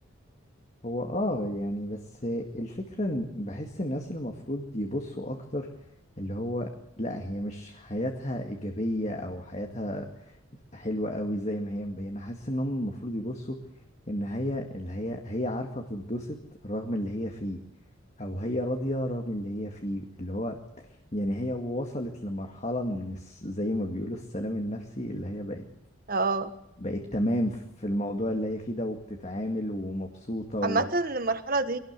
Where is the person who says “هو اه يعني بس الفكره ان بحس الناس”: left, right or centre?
Left